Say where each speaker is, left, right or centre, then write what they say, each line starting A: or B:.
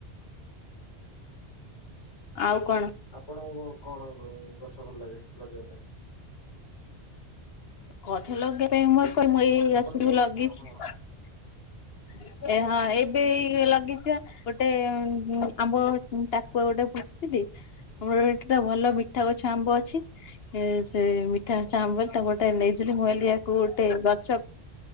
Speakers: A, on the left; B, on the left.
A: ଆଉ କଣ?
B: ଆପଣ କଣ ଗଛ ଭଲ ଲାଗେ ଲଗେଇବା ପାଇଁ?
A: ଗଛ ଲଗେଇବା ପାଇଁ ମୋର କହ ମୁଁ ଏଇ ଗଛ
B: ଆପଣ
A: ସବୁ
B: ଯୋଉଠି
A: ଲଗେଇଛି।
B: ହଁ ହଁ
A: ଏହା ଏବେ ଏଇ
B: ହଁ
A: ଲଗେଇଥି
B: ହଁ
A: ଗୋଟେ ଆମ୍ବ ଟାକୁଆ ଗୋଟେ ବୁଥିଲି। ଆମର ଏଠି ତ ଭଲ ମିଠା ଗଛ ଆମ୍ବ ଅଛି। ଏ ସେ ମିଠା ଗଛ ଆମ୍ବ ତା ଗୋଟେ ଗୋଟେ ନେଇଥିଲି। ମୁଁ ଭାବିଲି ଆକୁ ଗୋଟେ ଗଛ